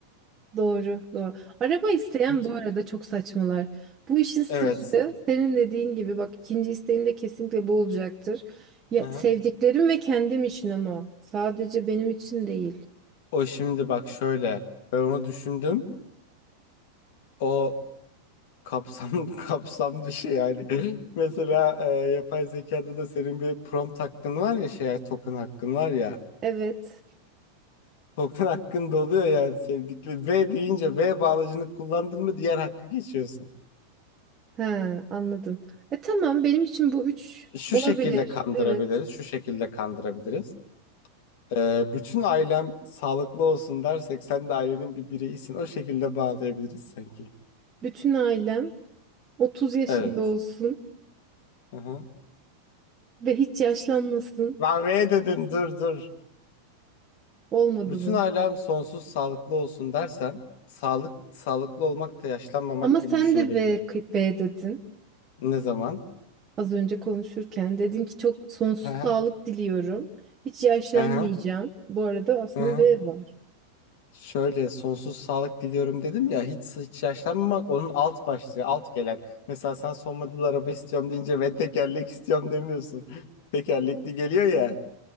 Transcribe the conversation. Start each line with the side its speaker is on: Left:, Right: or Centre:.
Right: Doğru, doğru. Araba isteyen
Left: İkinci.
Right: bu arada çok saçmalar. Bu işin sırrı
Left: Evet.
Right: senin dediğin gibi bak ikinci isteğim de kesinlikle bu olacaktır. Ya,
Left: Aha.
Right: sevdiklerim ve kendim için ama sadece benim için değil.
Left: O şimdi bak şöyle ben onu düşündüm. O kapsam <laughs> kapsam dışı yani. <laughs> Mesela e, yapay zekada da senin bir prompt hakkın var ya şey token hakkın var ya.
Right: Evet.
Left: Token hakkın doluyor yani sevdikli. V deyince V bağlacını kullandın mı diğer hakkı geçiyorsun.
Right: He, anladım. E tamam benim için bu üç
Left: Şu
Right: olabilir.
Left: şekilde kandırabiliriz,
Right: Evet.
Left: şu şekilde kandırabiliriz. Ee, bütün ailem sağlıklı olsun dersek sen de ailenin bir bireyisin. O şekilde bağlayabiliriz sanki.
Right: Bütün ailem 30 yaşında
Left: Evet.
Right: olsun
Left: Hı hı.
Right: ve hiç yaşlanmasın.
Left: Ben V dedim dur dur.
Right: Olmadı
Left: Bütün
Right: mı?
Left: ailem sonsuz sağlıklı olsun dersen sağlık sağlıklı olmak da yaşlanmamak
Right: Ama
Left: gibi
Right: sen
Left: düşünülebilir.
Right: de V, kı- V dedin.
Left: Ne zaman?
Right: Az önce konuşurken dedin ki çok sonsuz
Left: Hı hı.
Right: sağlık diliyorum. Hiç yaşlanmayacağım.
Left: Hı hı.
Right: Bu arada aslında
Left: Hı hı.
Right: V var.
Left: Şöyle sonsuz sağlık diliyorum dedim ya hiç hiç yaşlanmamak onun alt başlığı alt gelen. Mesela sen son model araba istiyorum deyince ve tekerlek istiyorum demiyorsun. <laughs> Tekerlekli geliyor ya.